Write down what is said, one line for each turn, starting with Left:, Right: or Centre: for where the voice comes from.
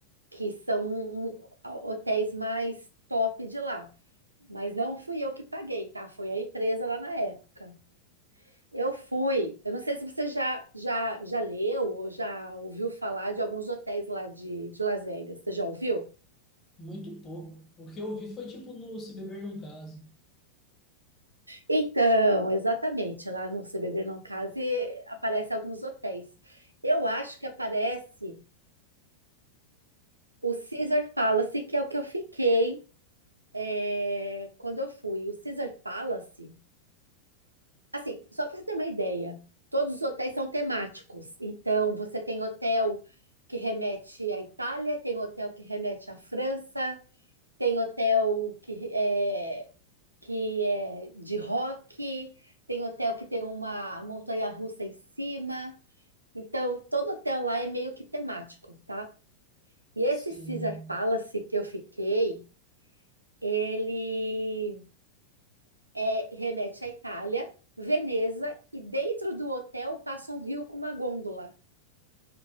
Right: que são um- um- hotéis mais top de lá. Mas não fui eu que paguei, tá? Foi a empresa lá na época. Eu fui. Eu não sei se você já, já, já leu ou já ouviu falar de alguns hotéis lá de, de Las Vegas. Você já ouviu?
Left: <laughs> Muito pouco. O que eu vi foi tipo no Se Beber Não Case.
Right: Então, exatamente. Lá no Se Beber Não Case aparecem alguns hotéis. Eu acho que aparece o Caesar Palace, que é o que eu fiquei é, quando eu fui. O Caesar Palace. Assim, só para você ter uma ideia, todos os hotéis são temáticos. Então, você tem hotel que remete à Itália, tem hotel que remete à França Tem hotel que é, que é de rock, tem hotel que tem uma montanha-russa em cima. Então, todo hotel lá é meio que temático, tá? E esse
Left: Sim.
Right: Caesar Palace que eu fiquei, ele é, remete à Itália, Veneza, e dentro do hotel passa um rio com uma gôndola.